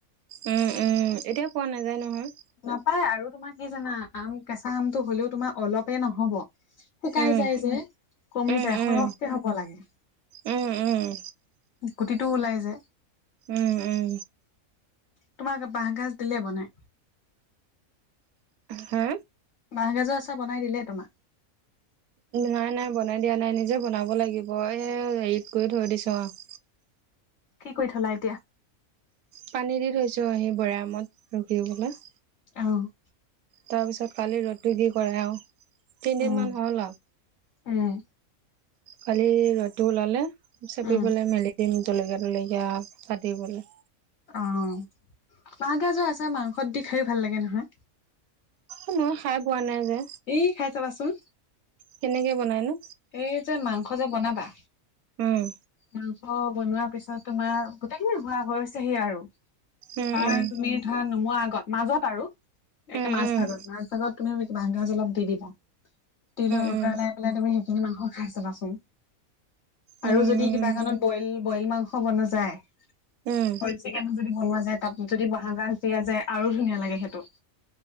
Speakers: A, on the right; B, on the left.
A: উম, উম। উম, এতিয়া পোৱা নাযায় নহয়।
B: নাপায় আৰু তোমাৰ কি জানা আম কেঁচা আমটো হ'লেও তোমাৰ অলপে নহ'ব। শুকাই
A: উম,
B: যায় যে, কমি
A: উম,
B: যায়,
A: উম,
B: সৰহকে হ'ব লাগে।
A: উম, উম,
B: গুটিটো ওলাই যে।
A: উম, উম।
B: তোমাক বাঁহগাজ দিলে বনাই।
A: হা
B: বাঁহগাজৰ আচাৰ বনাই দিলে তোমাক।
A: নাই নাই বনাই দিয়া নাই। নিজে বনাব লাগিব এ হেৰিত কৰি থৈ দিছোঁ আৰু।
B: কি কৰি থলা এতিয়া।
A: পানী দি থৈছো আহি বৈয়ামত ৰুটি পেলায়।
B: অ'
A: তাৰপিছত কালি ৰ'দটো কি কৰে আৰু তিনিদিনমান
B: উম
A: হ'ল আহ।
B: উম।
A: কালি ৰ'দটো ওলালে চেপিপেলাই
B: উম,
A: মেলি দিম জলকীয়া তলকীয়া কাটি পেলায়
B: অ' বাঁহ গাজ যে আছে মাংস দি খায়ো ভাল লাগে নহয়।
A: উম, মই খাই পোৱা নাই যে।
B: এই খাই চাবাচোন।
A: কেনেকে বনাই নো।
B: এই যে মাংস যে বনাবা।
A: উম।
B: মাংস বনোৱাৰ পিছত তোমাৰ গোটেইখিনি হোৱা হৈ হৈছেহি আৰু।
A: উম
B: তাৰ
A: উম
B: তুমি ধৰা নুমোৱা আগত মাজত আৰু
A: উম
B: এনে মাছ
A: উম
B: ভাগত মাছ ভাগত তুমি বাহঁগাজ অলপ দি দিবা দি লৈ
A: উম
B: উতৰলাই পেলাই তুমি। হেইখিনি মাংস খাই চাবাচোন।
A: উম উম
B: আৰু যদি কিবা কাৰণত বইল বইল মাংস বনাৱো যায়।
A: উম
B: বইল চিকেনো যদি বনোৱা যায়। তাত যদি বাঁহগাজ দিয়া যায় আৰু ধুনীয়া লাগে সেইটো।